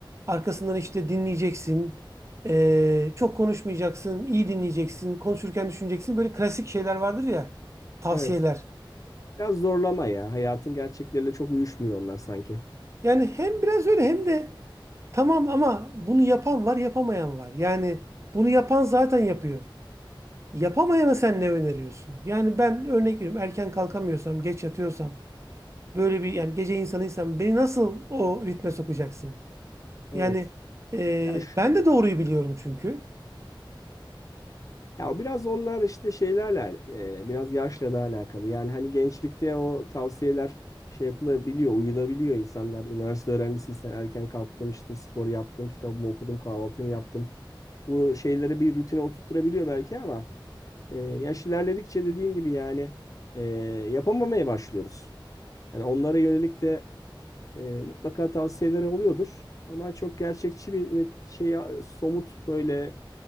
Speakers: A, on the right; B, on the left.
A: Arkasından işte dinleyeceksin. Ee, çok konuşmayacaksın, iyi dinleyeceksin. Konuşurken düşüneceksin. Böyle klasik şeyler vardır ya, tavsiyeler.
B: evet. Biraz zorlama ya. Hayatın gerçekleriyle çok uyuşmuyor onlar sanki.
A: Yani hem biraz öyle hem de tamam ama bunu yapan var, yapamayan var. Yani bunu yapan zaten yapıyor. Yapamayana sen ne öneriyorsun? Yani ben örnek veriyorum erken kalkamıyorsam, geç yatıyorsam, böyle bir yani gece insanıysam beni nasıl o ritme sokacaksın?
B: Evet.
A: Yani e,
B: Ya şu-
A: ben de doğruyu biliyorum çünkü.
B: Ya biraz onlar işte şeylerle e, biraz yaşla da alakalı. Yani hani gençlikte o tavsiyeler şey yapılabiliyor, uyulabiliyor insanlar. Üniversite öğrencisiysen erken kalktım işte spor yaptım, kitabımı okudum, kahvaltımı yaptım. Bu şeyleri bir rutine oturtturabiliyor belki ama e, yaş ilerledikçe dediğin gibi yani e, yapamamaya başlıyoruz. Yani onlara yönelik de e, mutlaka tavsiyeleri oluyordur. Ama çok gerçekçi bir net şey somut böyle